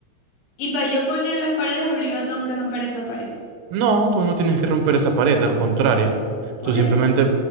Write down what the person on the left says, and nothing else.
Y para yo poner las paredes obligado tengo que romper esa pared.
Por
eso.